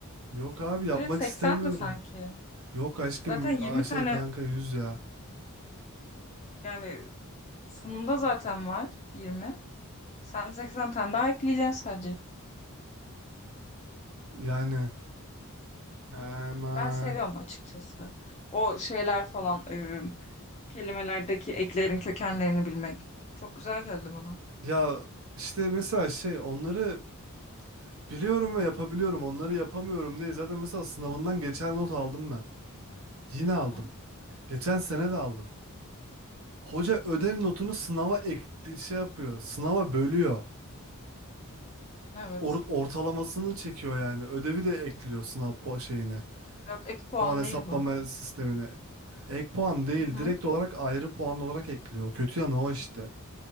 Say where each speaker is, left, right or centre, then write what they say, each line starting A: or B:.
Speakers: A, on the right; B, on the left.
A: Yok abi yapmak
B: Bir de 80
A: istemiyorum.
B: de sanki.
A: Yok aşkım
B: Zaten yirmi
A: Aa, şey
B: tane
A: kanka yüz ya.
B: yani sunumda zaten var 20. Sen 80 tane daha ekleyeceksin sadece.
A: Yani aman.
B: Ben seviyorum açıkçası. O şeyler falan e, kelimelerdeki eklerin kökenlerini bilmek. Çok güzel geldi bana.
A: Ya işte mesela şey onları Biliyorum ve yapabiliyorum. Onları yapamıyorum diye zaten mesela sınavından geçer not aldım ben. Yine aldım.
B: Hı-hı.
A: Geçen sene de aldım. Hoca ödev notunu sınava ekli şey yapıyor. Sınava bölüyor.
B: Evet.
A: Or- ortalamasını çekiyor yani. Ödevi de ekliyor sınav po şeyine.
B: Yok ek puan
A: Puan hesaplama
B: değil bu.
A: sistemine. Ek puan değil,
B: Hı-hı.
A: direkt olarak ayrı puan olarak ekliyor. Kötü yanı o işte.